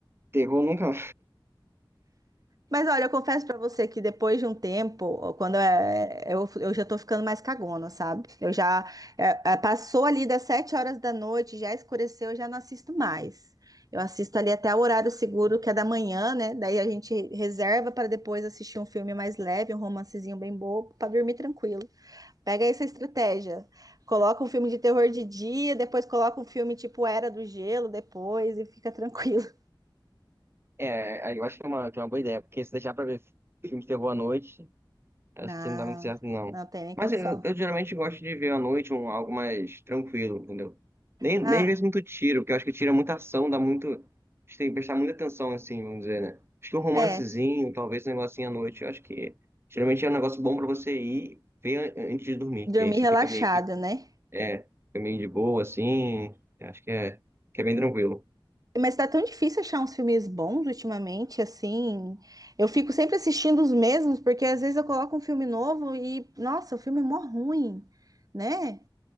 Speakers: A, on the right; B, on the right.
A: terror nunca
B: Mas olha, eu confesso pra você que depois de um tempo, quando é, eu, eu já tô ficando mais cagona, sabe? Eu já é, é, passou ali das sete horas da noite, já escureceu, eu já não assisto mais. Eu assisto ali até o horário seguro, que é da manhã, né? Daí a gente reserva para depois assistir um filme mais leve, um romancezinho bem bobo, para dormir tranquilo. Pega essa estratégia. Coloca um filme de terror de dia, depois coloca um filme tipo Era do Gelo, depois e fica tranquilo.
A: É, aí eu acho que é uma, que é uma boa ideia, porque se deixar pra ver filme de terror à noite,
B: <laughs>
A: acho
B: Não,
A: que não dá muito certo, não.
B: não tem nem
A: Mas
B: condição.
A: eu, eu geralmente gosto de ver à noite um, algo mais tranquilo, entendeu? Nem,
B: Ah,
A: nem às vezes muito tiro, porque eu acho que tira muita ação, dá muito. A gente tem que prestar muita atenção, assim, vamos dizer, né? Acho que um romancezinho,
B: É,
A: talvez um negocinho à noite, eu acho que geralmente é um negócio bom pra você ir ver an- antes de dormir,
B: dormir
A: que aí você
B: relaxada,
A: fica meio que.
B: né?
A: É, fica meio de boa, assim. eu Acho que é, que é bem tranquilo.
B: Mas tá tão difícil achar uns filmes bons ultimamente, assim. Eu fico sempre assistindo os mesmos, porque às vezes eu coloco um filme novo e, nossa, o filme é mó ruim, né?